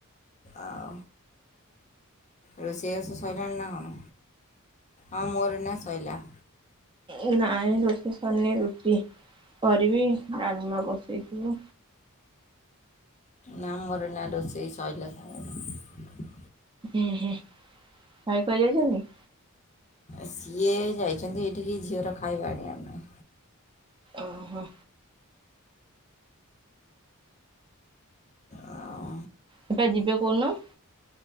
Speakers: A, on the left; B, on the right.
A: ଆଉ। ରୋଷେଇ ବାସ ସଇଲାଣି ନା କଣ? ହଁ ମୋର ଏଇନା ସ‌ଇଲା।
B: ଏ ନାଇଁ ରୋଷେଇ ସରିନି ରୁଟି କରିବି ଡାଲ୍ମା ବସେଇଚି।
A: ନା ମୋର ଏଇନା ରୋଷେଇ ସଇଲା ସାଙ୍ଗେ ଆ
B: ଉଁ ହୁଁ ଭାଇ କୁଆଡ଼େ ଯାଇଛନ୍ତି?
A: ସିଏ ଯାଇଛନ୍ତି ଏଇଠିକି ଝିଅର ଖାଇବା ଆଣିବା ପାଇଁ।
B: ଓହୋ।
A: ଆଉ?
B: ସିଏପା ଯିବେ କଉଦିନ?